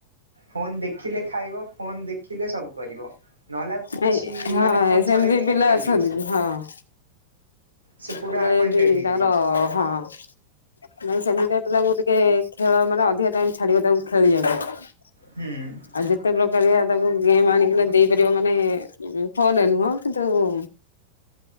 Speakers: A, on the right (about 75°); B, on the left (about 75°).
A: ଫୋନ୍‌ ଦେଖିଲେ ଖାଇବ ଫୋନ୍‌ ଦେଖିଲେ ସବୁ କରିବ। ନହେଲେ ଆଉ କିଛି
B: ନାଇଁ ହଁ
A: ମାନେ ଫୋନ
B: ସେମିତି
A: ଛଡେଇ ନେଇଗଲେ
B: ପିଲା
A: କାନ୍ଦିବ
B: ଅଛନ୍ତି
A: ସେ।
B: ହଁ।
A: ସେ
B: ପୁରା
A: ଆକ୍ୱାଣ୍ଟେଡ୍
B: ଏଇ ଯୋଉ
A: ହେଇଯାଇଛି।
B: ତାଙ୍କର ହଁ <inaudible> ନାଇ ସେମିତି ପିଲାଙ୍କୁ ଟିକେ ଖେଳ ମାନେ ଅଧିକ ଟାଇମ ଛାଡିବ ତାଙ୍କୁକୁ ଖେଳିବାକୁ। ଆଉ
A: ହୁଁ।
B: ଯେତେ ପ୍ରକାରଆ ତାକୁ ଗେମ୍ ଆଣିକି ଦେଇପାରିବ ମାନେ ଫୋନରେ ନୁହଁ। ଦେଇଦେଉ